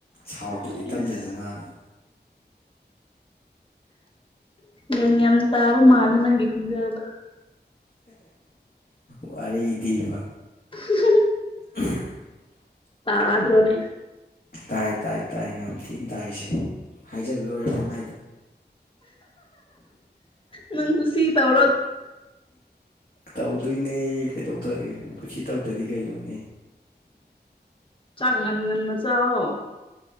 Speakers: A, on the left; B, on the left.
A: ꯁꯥꯎꯗ꯭ꯔꯗꯤ
B: ꯑꯁ
A: ꯇꯞꯅ ꯑꯗꯨꯝ ꯉꯥꯡꯉꯤ
B: ꯌꯦꯡ ꯌꯥꯝ ꯇꯥꯕ ꯃꯥꯜꯂ ꯅꯪꯒꯤ ꯈꯟꯖꯕ
A: ꯋꯥꯔꯤꯗꯤꯕ
B: <inaudible>
A: <unintelligible>
B: ꯑ꯭ꯔꯣꯅꯦ
A: ꯇꯥꯏ ꯇꯥꯏ ꯇꯥꯏ ꯌꯥꯝ ꯊꯤꯅ ꯇꯥꯏꯁꯦ ꯍꯥꯏꯖꯤꯜꯂꯣꯏꯔꯦ ꯐꯉꯥꯏꯗ
B: ꯅꯪ ꯈꯁꯤ ꯇꯕ
A: ꯇꯧꯗꯣꯏꯅꯦ ꯀꯩꯗꯧꯗꯣꯏ ꯑꯣꯦ ꯀꯁꯤ ꯇꯧꯗꯗꯤ ꯀꯩꯅꯣꯅꯦ
B: ꯆꯥꯡ ꯉꯟ ꯉꯟ ꯃ ꯆꯥꯛꯑꯣꯣ